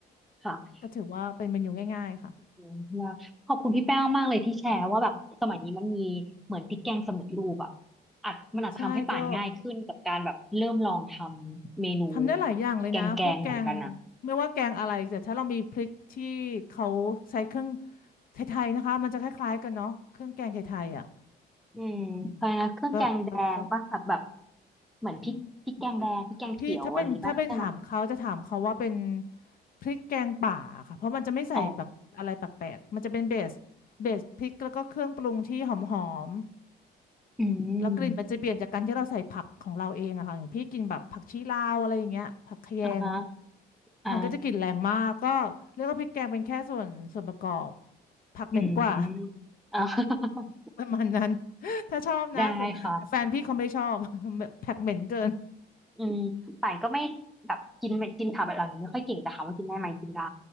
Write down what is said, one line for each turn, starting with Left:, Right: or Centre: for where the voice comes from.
Centre: ค่ะ
Left: ก็ถือว่าเป็นเมนูง่ายๆค่ะ
Centre: อืมแล้วขอบคุณพี่แป้งมากเลยที่แชร์ว่าแบบสมัยนี้มันมีเหมือนพริกแกงสำเร็จรูปอ่ะอาจมันอาจจะทำให้ป่านง่ายขึ้นกับการแบบเริ่มลองทำเมนู
Left: ใช่ก็ ทำได้หลายอย่างเลยนะพวกแกง
Centre: แกงแกงเหมือนกันนะ
Left: ไม่ว่าแกงอะไรแต่ถ้าเรามีพริกที่เขาใช้เครื่องไทยๆนะคะมันจะคล้ายๆกันเนาะเครื่องแกงไทยๆอ่ะ
Centre: อืมเพราะฉะนั้นเครื่องแกงแดงป่ะแบบแบบ
Left: ก็ก็ก็
Centre: เหมือนพริกพริกแกงแดงพริกแกงเขียวอะไรนี้ป่ะใช่ไหม
Left: อืมพี่พี่ถ้าเป็นถ้าเป็นถามเขาจะถามเขาว่าเป็นพริกแกงป่าค่ะเพราะมันจะไม่ใส่แบบอะไรแปลกๆมันจะเป็นเบสเบสพริกแล้วก็เครื่องปรุงที่หอม
Centre: อ๋ออืม
Left: ๆแล้วกลิ่นมันจะเปลี่ยนจากการที่เราใส่ผักของเราเองอะค่ะอย่างพี่กินแบบผักชีลาวอะไรอย่างเงี้ยผักคะแยง
Centre: อมอ่าฮะ อ่า
Left: มันก็จะกลิ่นแรงมากก็เรียกว่าพริกแกงเป็นแค่ส่วนส่วนประกอบผักเหม็นกว่า
Centre: อืมอ่า <laughs>
Left: <laughs> ประมาณนั้น <laughs> ถ้าชอบนะคือแต่แฟนพี่เขาไม่ชอบ
Centre: ได้ค่ะ
Left: <laughs> แบบผักเหม็นเกิน
Centre: อืมป่านก็ไม่แบบกินไม่กินผักแบบเหล่านี้ไม่ค่อยเก่งแต่ถามว่ากินได้ไหมกินได้